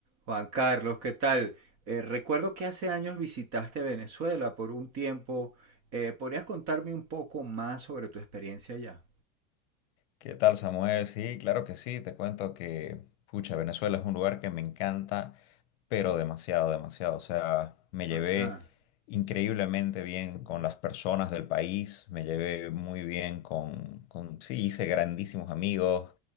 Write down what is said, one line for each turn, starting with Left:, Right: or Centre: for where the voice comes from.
Right: Juan Carlos, ¿qué tal? Eh, recuerdo que hace años visitaste Venezuela por un tiempo. Eh, ¿podrías contarme un poco más sobre tu experiencia allá?
Left: ¿Qué tal, Samuel? Sí, claro que sí. Te cuento que, pucha, Venezuela es un lugar que me encanta, pero demasiado, demasiado. O sea, me llevé
Right: Ajá,
Left: increíblemente bien con las personas del país, me llevé muy bien con, con- sí, hice grandísimos amigos,